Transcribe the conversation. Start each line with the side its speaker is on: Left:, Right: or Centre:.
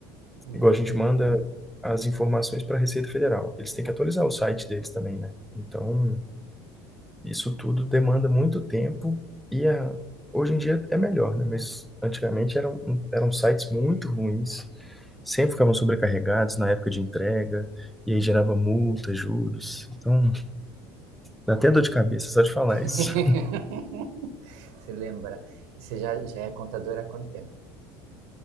Right: hum.
Centre: Igual a gente manda as informações para a Receita Federal. Eles têm que atualizar o site deles também, né? Então, isso tudo demanda muito tempo e a- hoje em dia é melhor, né? Mas antigamente eram, eram sites muito ruins, sempre ficavam sobrecarregados na época de entrega, e aí gerava multa, juros. Então, dá até dor de cabeça só de falar
Right: <laughs>
Centre: isso.
Right: Você lembra? E você já, já é contadora há quanto tempo?